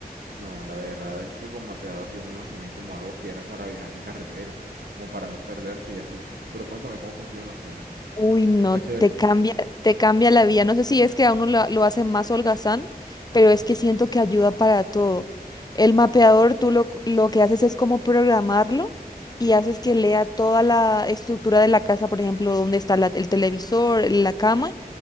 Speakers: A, on the right (about 70°); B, on the left (about 25°).
A: No, la verdad es que con mapeador yo me imaginé como algo que era para viajar en carretera, como para no perderte y así. Pero cuéntame cómo funciona, o sea,
B: Uy, no,
A: está chévere.
B: te cambia, te cambia la vida. No sé si es que a uno lo, lo hace más holgazán, pero es que siento que ayuda para todo. El mapeador, tú lo, lo que haces es como programarlo y haces que lea toda la estructura de la casa, por ejemplo, dónde está la- el televisor, la cama